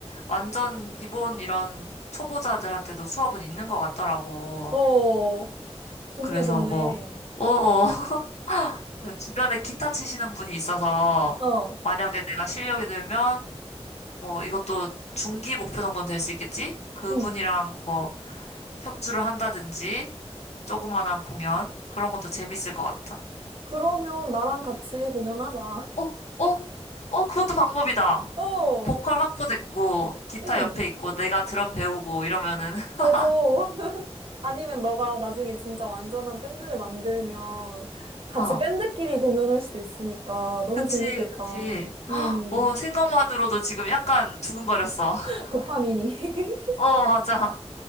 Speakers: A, on the left; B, on the right.
A: 완전 기본 이런 초보자들한테도 수업은 있는 것 같더라고.
B: 어, 좋네,
A: 그래서
B: 좋네.
A: 뭐, 어, <laughs> 주변에 기타 치시는 분이 있어서
B: 어,
A: 만약에 내가 실력이 늘면 뭐 이것도 중기 목표 정도는 될 수 있겠지? 그분이랑
B: 응.
A: 뭐 협주를 한다든지 조그만한 공연 그런 것도 재밌을 것 같아.
B: 그러면 나랑 같이 공연하자.
A: 어, 어, 어, 그것도 방법이다.
B: <laughs> 어,
A: 보컬 확보됐고 기타
B: 응,
A: 옆에 있고 내가 드럼 배우고 이러면은
B: 맞아.
A: <laughs>
B: <laughs> 아니면 너가 나중에 진짜 완전한 밴드를 만들면 같이
A: 어,
B: 밴드끼리 공연할 수도 있으니까 너무
A: 그치,
B: 재밌겠다.
A: 그치.
B: 음,
A: 어, 생각만으로도 지금 약간 두근거렸어. <laughs>
B: <laughs> 도파민이. <laughs>
A: 어, 맞아.